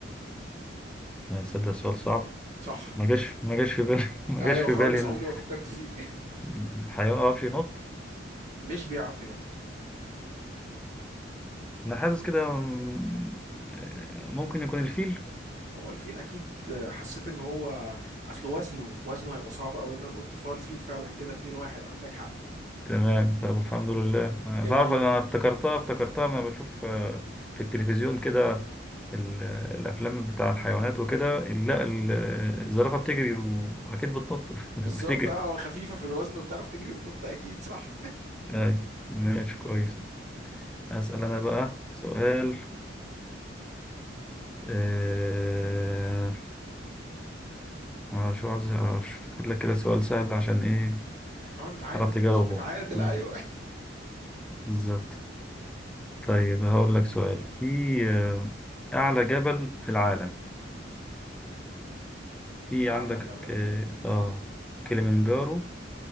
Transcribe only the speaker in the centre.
هتصدق السؤال صعب
ما جاش ما جاش في بالي <laughs> ما
جاش في
بالي ان
إن هيقف ينط
انا حاسس كده م- ممكن يكون الفيل
تمام طب الحمد لله أنا
تعرف انا افتكرتها افتكرتها لما بشوف آه، في التلفزيون كده ال- الافلام بتاع الحيوانات وكده ال- لا ال- الزرافة بتجري واكيد بتنط <laughs> بتجري
أي ماشي كويس أسأل أنا بقى سؤال آه، آه، شو عايز أفتكر لك كده سؤال سهل عشان إيه
تعرف تجاوبه
مم.
بالظبط طيب هقول لك سؤال في آه، أعلى جبل في العالم في
عندك
اه آه،
كليمنجارو